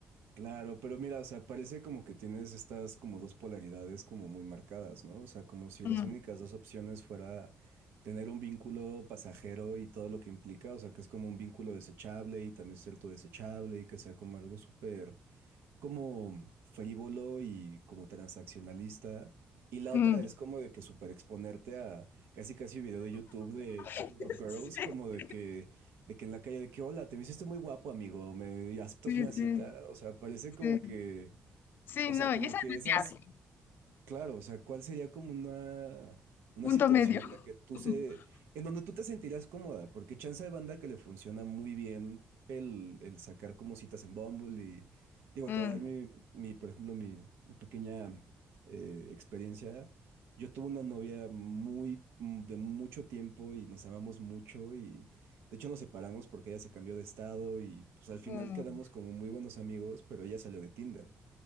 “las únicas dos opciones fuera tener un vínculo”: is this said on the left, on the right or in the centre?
Right